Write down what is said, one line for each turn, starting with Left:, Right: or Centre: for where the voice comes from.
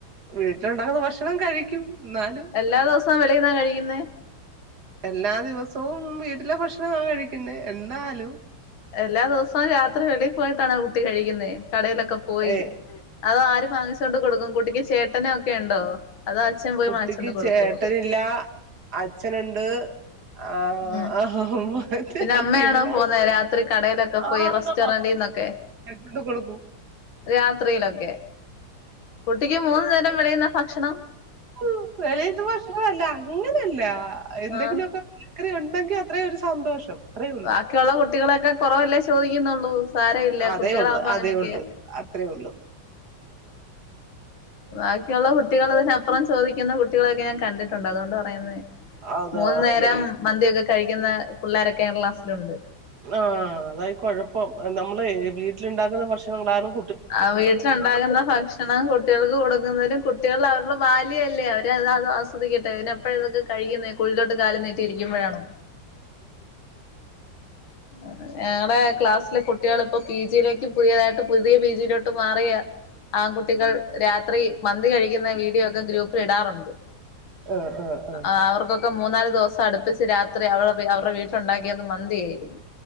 Right: വീട്ടിലൊണ്ടാക്കുന്ന ഭക്ഷണം കഴിക്കും എന്നാലും
Left: എല്ലാ ദവസവും വെളീന്നാ കഴിക്കുന്നേ
Right: എല്ലാ ദിവസവും വീട്ടില ഭക്ഷണമാ കഴിക്കുന്നെ എന്നാലും
Left: എല്ലാ ദിവസവും രാത്രി വെളീ പോയിട്ടാണ് കുട്ടി കഴിക്കുന്നെ കടയലക്ക പോയി
Right: ഏ
Left: അത് ആര് വാങ്ങിച്ചോണ്ട് കൊടുക്കും കുട്ടിക്ക് ചേട്ടനൊക്കെ ഇണ്ടോ അതോ അച്ഛൻ പോയി
Right: കുട്ടിക്ക്
Left: വാങ്ങിച്ചോണ്ട് കൊടുക്കോ
Right: ചേട്ടനില്ല അച്ഛനുണ്ട് ആഹ്
Left: ഉം
Right: അത്
Left: പിന്നെ
Right: ആർക്കുല്ല
Left: അമ്മയാണോ പോകുന്നത് രാത്രി കടയിലൊക്കെ
Right: ആഹ്
Left: പോയി റെസ്റ്റോറന്റിന്നൊക്കെ
Right: എടുത്തോണ്ട് കൊടുക്കും
Left: രാത്രിയിലൊക്കെ കുട്ടിക്ക് മൂന്നു നേരം വെളീന്നാ ഭക്ഷണം
Right: ഉം വെളീത്തെ ഭഷണല്ല അങ്ങനല്ല എന്തെങ്കിലൊക്ക
Left: ആഹ്
Right: പച്ചക്കറി ഒണ്ടെങ്കി അത്രേയും ഒരു സന്തോഷം അത്രേ ഉള്ളൂ
Left: ബാക്കിയൊള്ള കുട്ടികളക്ക കൊറവല്ലേ ചോയിക്കുന്നൊള്ളൂ സാര ഇല്ല
Right: അതേ
Left: കുട്ടികളാകുംമ്പ
Right: ഉള്ളു
Left: അങ്ങനെയൊക്കെയാ
Right: അതേ ഉള്ളു അത്രേ ഉള്ളു
Left: ബാക്കിയൊള്ള കുട്ടികൾ ഇതിനപ്പുറം ചോദിക്കുന്ന കുട്ടികളൊക്കെ ഞാൻ കണ്ടിട്ടൊണ്ട് അതോണ്ട് പറയുന്നെയ
Right: അത്
Left: മൂന്നു
Right: ഓക്കെ
Left: നേരം മന്തിയൊക്ക കഴിക്കുന്ന പിള്ളാരൊക്കെ കേരളാസിലൊണ്ട്
Right: ആഹ് അതായി കൊഴപ്പം നമ്മളെ ഈ വീട്ടിലുണ്ടാക്കുന്ന ഭക്ഷണണ്ടാലും
Left: ആഹ് വീട്ടിലുണ്ടാക്കുന്ന ഭക്ഷ് ക്ഷണം കുട്ടികൾക്ക് കൊടുക്കുന്നതിനും കുട്ടികൾ അവരുടെ ബാല്യല്ലേ അവരെ അത് അത് ആസ്വദിക്കട്ടെ ഇനിയപ്പഴ ഇതൊക്ക കഴിക്കുന്നെ കുഴീലോട്ട് കാലും നീട്ടി ഇരിക്കുംമ്പഴാണോ <inaudible> ഞങ്ങള ക്ലാസ്സിലെ കുട്ടികൾ ഇപ്പൊ പി ജിയിലേക്ക് പുതിയതായിട്ട് പുതിയ പി ജിയിലോട്ട് മാറിയ ആൺകുട്ടികൾ രാത്രി മന്തി കഴിക്കുന്ന വീഡിയൊക്ക ഗ്രൂപ്പ് പ്പി ടാറുണ്ട്
Right: ആഹ് ആഹ് ആഹ്
Left: ആവർ കൊക്ക മൂന്നാല് ദിവസം അടുപ്പിച്ച് രാത്രി അവടെ അവർടെ വീട്ടിലുണ്ടാക്കിയത് മന്തിയാര്ന്ന്